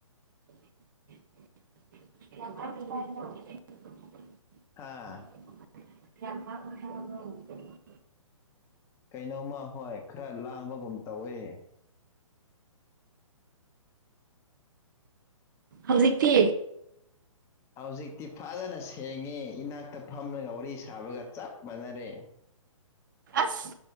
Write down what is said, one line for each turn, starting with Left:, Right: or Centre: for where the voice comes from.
Right: <unintelligible>
Left: ꯍꯥꯥ
Right: <inaudible>
Left: ꯀꯩꯅꯣꯝꯃ ꯍꯣꯏ ꯈꯔ ꯂꯥꯡꯕꯒꯨꯝ ꯇꯧꯋꯦ
Right: ꯍꯧꯖꯤꯛꯇꯤ
Left: ꯍ ꯍꯧꯖꯤꯛꯇꯤ ꯐꯖꯅ ꯁꯦꯡꯉꯦ ꯏꯅꯥꯛꯇ ꯐꯝꯂꯒ ꯋꯥꯔꯤ ꯁꯥꯕꯒ ꯆꯞ ꯃꯥꯟꯅꯔꯦ
Right: ꯑꯁ